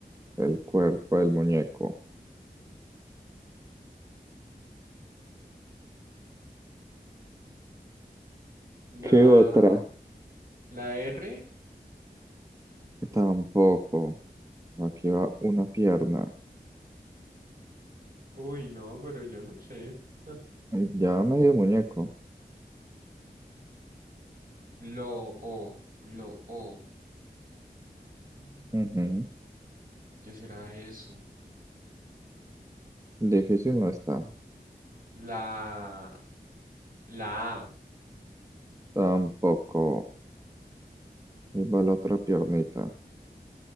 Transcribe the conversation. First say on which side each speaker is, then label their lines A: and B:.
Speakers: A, on the right (about 20°); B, on the right (about 60°).
A: El cuerpo, el muñeco.
B: la,
A: ¿Qué otra?
B: la R.
A: Tampoco. Aquí va una pierna.
B: Uy, no, pero yo no sé. Ah,
A: Ya medio muñeco.
B: Lo o. Lo o. Mm,
A: Ujú.
B: Lo o. ¿Qué será eso?
A: Difícil no está.
B: La, la A,
A: Tampoco. Y va la otra piernita.